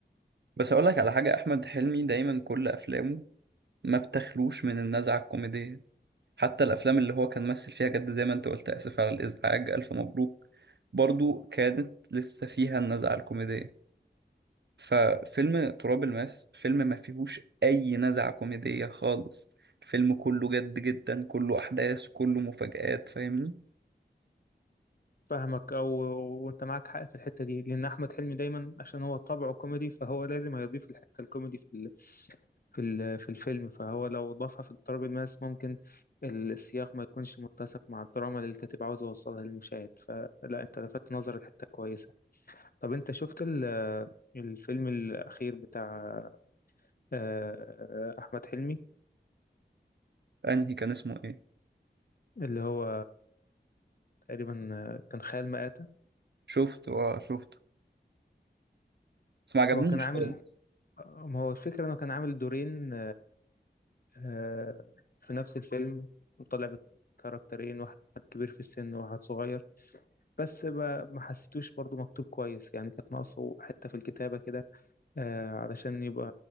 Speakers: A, on the right; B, on the left.
A: بس اقول لك على حاجة احمد حلمي دايما كل افلامه ما بتخلوش من النزعة الكوميدية حتى الافلام اللي هو كان مثل فيها جد زي ما انت قلت اسف على الازعاج الف مبروك برضو كانت لسه فيها النزعة الكوميدية ففيلم تراب الماس فيلم ما فيهوش اي نزعة كوميدية خالص الفيلم كله جد جدا كله احداث كله مفاجآت فاهمني
B: فاهمك او وانت معاك حق في الحته دي لان احمد حلمي دايما عشان هو طبعه كوميدي فهو لازم هيضيف الحته الكوميدي في ال... في ال... في الفيلم فهو لو ضافها في اضطراب الماس ممكن السياق ما يكونش متسق مع الدراما اللي الكاتب عاوز يوصلها للمشاهد فلا انت لفتت نظر الحته كويسه طب انت شفت ال... الفيلم الاخير بتاع آه، احمد حلمي
A: انهي كان اسمه ايه
B: اللي هو تقريبا كان خيال مآتة
A: شفته اه شفته بس ما عجبنيش
B: هو كان عامل
A: خالص
B: ما هو الفكرة انه كان عامل دورين آه، في نفس الفيلم وطلع بكاركترين واحد كبير في السن وواحد صغير بس ما ما حسيتوش برضو مكتوب كويس يعني كانت ناقصه حتة في الكتابة كده آه، علشان يبقى